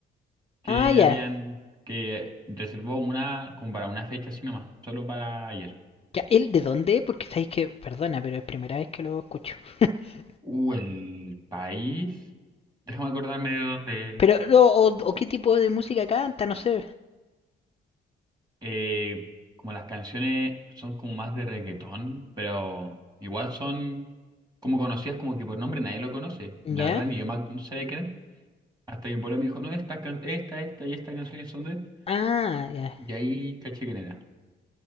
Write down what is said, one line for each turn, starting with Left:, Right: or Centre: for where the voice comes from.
Right: que
Left: Ah, ya.
Right: habían, que reservó una como para una fecha así nomás, solo para ayer.
Left: Ya, ¿él de dónde? Porque sabéis que, perdona, pero es primera vez que lo escucho. <laughs>
Right: Uh, el país. Déjame acordarme de dónde.
Left: Pero, o, o- o qué tipo de música canta, no sé.
Right: eh, como las canciones son como más de reggaetón, pero igual son como conocidas como que por nombre nadie lo conoce.
Left: ¿Ya?
Right: La verdad ni yo ma- no sabía quién era. Hasta que un pueblo me dijo, no, estas can- esta, esta y esta canciones son de él.
Left: Ah, ya.
Right: Y ahí caché quién era.